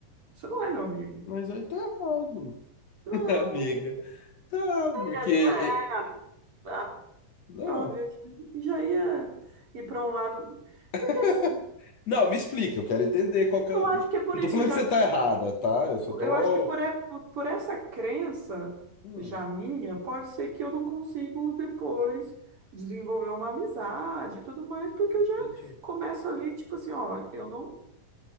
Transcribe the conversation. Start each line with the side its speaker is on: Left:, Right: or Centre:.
Right: você não é meu amigo.
Left: Mas aí tá errado,
Right: Não,
Left: <laughs> amiga. Tá, porque.
Right: é,
Left: é,
Right: não é. Ah,
Left: Não.
Right: olha, já ia ir para um lado,
Left: <laughs>
Right: porque assim,
Left: Não, me explica, eu quero entender qual que é.
Right: eu
Left: o-
Right: acho que é por
Left: Não
Right: isso
Left: tô falando
Right: já
Left: que você tá errada, tá? Eu só tô.
Right: Eu acho que por, é- por essa crença
Left: Hum,
Right: já minha, pode ser que eu não consigo depois desenvolver uma amizade e tudo mais, porque
Left: entendi.
Right: eu já começo ali, tipo assim, ó, eu não.